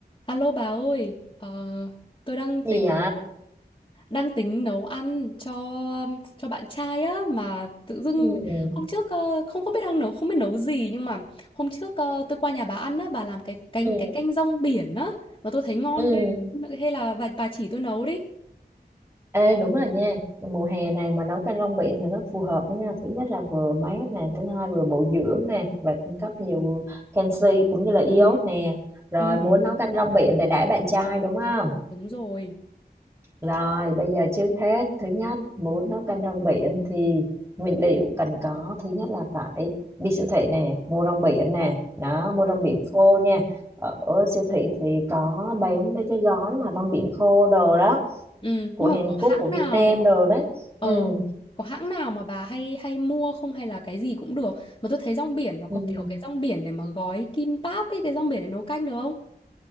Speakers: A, on the left; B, on the right.
A: Alo bà ơi, ờ, tôi đang
B: gì
A: tính
B: vậy
A: đang tính nấu ăn cho um, cho bạn trai á mà tự dưng
B: ừ
A: hôm trước ờ, không không biết đang nấu không biết nấu gì nhưng mà hôm trước ờ, tôi qua nhà bà ăn á bà làm cái canh
B: ừ
A: cái canh rong biển á mà tôi thấy ngon
B: ừ
A: ghê hay là bà bà chỉ tôi nấu đi.
B: ê đúng rồi nha mùa hè này mà nấu canh rong biển thì nó phù hợp đó nha thứ nhất là vừa mát nè thứ hai vừa bổ dưỡng nè và cung cấp nhiều canxi cũng như là iốt
A: Ừ,
B: nè rồi
A: ừ,
B: muốn nấu canh rong biển để đãi bạn trai đúng không
A: đúng rồi.
B: Rồi, bây giờ trước hết, thứ nhất, muốn nấu canh rong biển thì nguyên liệu cần có, thứ nhất là phải đi siêu thị nè, mua rong biển nè, đó, mua rong biển khô nha. Ở siêu thị thì có bán mấy cái gói mà rong biển khô đồ đó,
A: Ừ,
B: của
A: nhưng
B: Hàn
A: mà có
B: Quốc,
A: hãng
B: của Việt
A: nào
B: Nam đồ đấy.
A: ờ
B: Ừ,
A: có hãng nào mà bà hay hay mua không hay là cái gì cũng được. Mà tôi thấy rong biển nó có
B: ừ.
A: kiểu cái rong biển để mà gói kim páp ấy, cái rong biển để nấu canh được không?